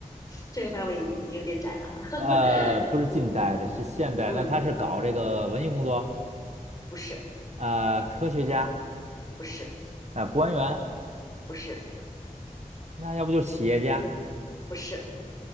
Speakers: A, on the left; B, on the right.
A: <laughs> 这个范围已经有点窄了哈，<laughs>
B: 呃，不是近代的，
A: 嗯
B: 是现代。
A: 嗯，
B: 那他是搞这个文艺工作，
A: 不是，
B: 呃，科学家，
A: 不是，
B: 呃，官员，
A: 不是，
B: 那要不就是企业家。
A: 不是，